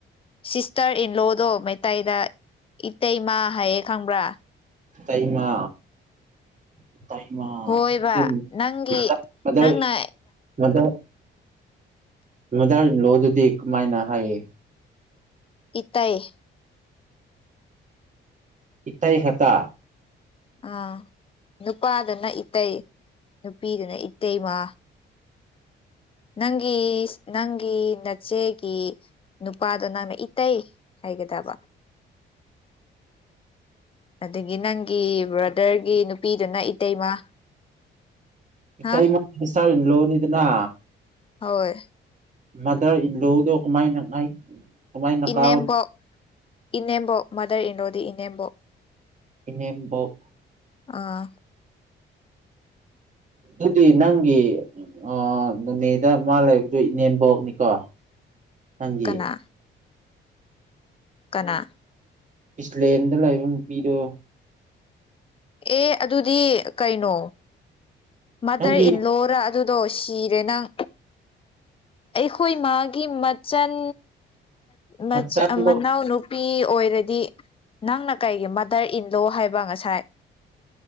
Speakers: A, on the left; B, on the right.
A: ꯁꯤꯁꯇꯔ ꯏꯟ ꯂꯣ ꯗꯣ ꯃꯩꯇꯩꯥꯗ ꯏꯇꯩꯃꯥ ꯍꯥꯏꯌꯦ ꯈꯪꯕ꯭ꯔꯥ
B: ꯏꯇꯩꯃ ꯏꯇꯩꯃ
A: ꯍꯣꯏꯕ
B: ꯗꯨꯝ
A: ꯅꯪꯒꯤ
B: ꯃꯥꯗꯔ ꯃꯥꯗꯔ
A: ꯅꯪꯅ
B: ꯃꯥꯗꯔ ꯃꯥꯗꯔ ꯏꯟ ꯂꯣ ꯗꯨꯗꯤ ꯀꯃꯥꯏꯅ ꯍꯥꯏꯌꯦ
A: ꯏꯇꯩꯥ
B: ꯏꯇꯩ ꯈꯠꯇ
A: ꯑꯥ ꯅꯨꯄꯥꯗꯅ ꯏꯇꯩ ꯅꯨꯄꯤꯗꯅ ꯏꯇꯩꯃ ꯅꯪꯒꯤ ꯅꯪꯒꯤ ꯅꯆꯦꯒꯤ ꯅꯨꯄꯥꯗꯣ ꯅꯪꯅ ꯏꯇꯩ ꯍꯥꯏꯒꯗꯕ
B: <inaudible>
A: ꯑꯗꯒꯤ ꯅꯪꯒꯤ ꯕ꯭ꯔꯗꯔꯒꯤ ꯅꯨꯄꯤꯗꯨꯅ ꯏꯇꯩꯃ
B: ꯏꯇꯩꯃ
A: ꯍꯥ
B: ꯁꯤꯁꯇꯔ ꯏꯟ ꯂꯣ ꯅꯤꯗꯅ
A: ꯍꯣꯏ
B: ꯃꯥꯗꯔ ꯏꯟ ꯂꯣ ꯗꯣ ꯀꯃꯥꯏꯅ ꯍꯥꯏ ꯀꯃꯥꯏꯅ
A: ꯏꯅꯦꯝꯕꯣꯛ
B: ꯀꯥꯎ
A: ꯏꯅꯦꯝꯕꯣꯛ ꯃꯥꯗꯔ ꯏꯟ ꯂꯣ ꯗꯤ ꯏꯅꯦꯝꯕꯣꯛ
B: ꯏꯅꯦꯝꯕꯣꯛ
A: ꯑꯥ
B: ꯑꯗꯨꯗꯤ ꯅꯪꯒꯤ ꯑ ꯅꯣꯅꯦꯗ ꯃꯥ ꯂꯩꯕꯗꯨ ꯏꯅꯦꯝꯕꯣꯛꯅꯤꯀꯣ ꯅꯪꯒꯤ
A: ꯀꯅꯥ ꯀꯅꯥ
B: ꯄꯤꯁꯂꯦꯟꯗ ꯂꯩꯕ ꯅꯨꯄꯤꯗꯣ
A: ꯑꯦ ꯑꯗꯨꯗꯤ ꯀꯩꯅꯣ ꯃꯗꯔ
B: ꯅꯪꯒꯤ
A: ꯏꯜꯂꯣꯔ ꯑꯗꯨꯗꯣ ꯁꯤꯔꯦꯅꯪ ꯑꯩꯈꯣꯏ ꯃꯥꯒꯤ ꯃꯆꯟ ꯃꯆꯟ
B: ꯃꯆꯥꯗꯣ
A: ꯃꯅꯥꯎꯅꯨꯄꯤ ꯑꯣꯏꯔꯗꯤ ꯅꯪꯅ ꯀꯔꯤꯒꯤ ꯃꯥꯗꯔ ꯏꯟꯂꯣ ꯍꯥꯏꯕ ꯉꯁꯥꯏ